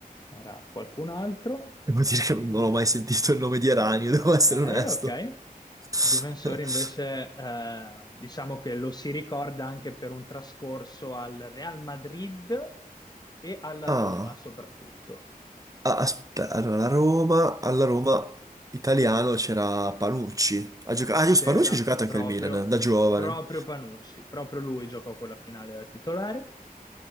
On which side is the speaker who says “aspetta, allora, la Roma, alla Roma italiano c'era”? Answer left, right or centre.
Right